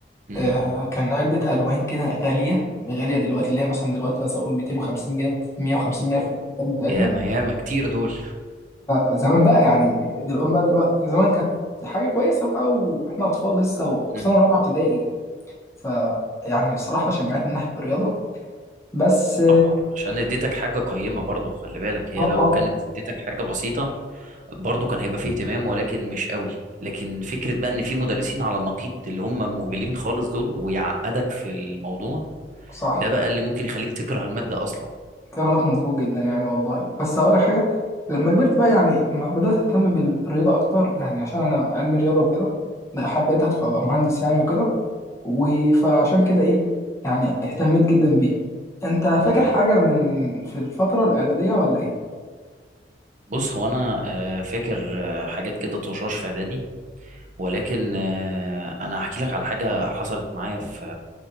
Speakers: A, on the right; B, on the left.
A: امم
B: آه كان علبة ألوان كده غالية غالية دلوقتي اللي هي مثلا دلوقتي مثلا أقول 250 جنيه 150 جنيه في الأيام بتاعتنا
A: ياما ياما كتير دول
B: فزمان بقى يعني دلوقتي بقى دلوقتي زمان كانت حاجة كويسة بقى وإحنا أطفال لسه وفي
A: امم
B: سنة رابعة ابتدائي ف يعني الصراحة شجعتني ناحية الرياضة بس
A: طبعا عشان اديتك حاجه قيمه برضو خلي بالك هي
B: اه
A: لو
B: اه
A: كانت اديتك حاجه بسيطه برضو كان هيبقى فيه اهتمام ولكن مش قوي لكن فكره بقى ان في مدرسين على النقيض اللي هم مهملين خالص دول ويعقدك في الموضوع
B: صح
A: ده بقى اللي ممكن يخليك تكره الماده اصلا
B: كلامك مظبوط جدا يعني والله بس هقول لك حاجه لما كبرت بقى يعني ما- بدات اهتم بالرياضه اكتر يعني عشان انا علم رياضه وكده لا، حبيت ادخل ابقى مهندس يعني وكده و- فعشان كده ايه يعني اهتميت جدا بيها انت
A: امم
B: فاكر حاجه من في الفتره الاعداديه ولا ايه
A: بص هو انا آه، فاكر آه، حاجات كده طشاش في اعدادي ولكن آه، انا هحكي لك على حاجه حصلت معايا في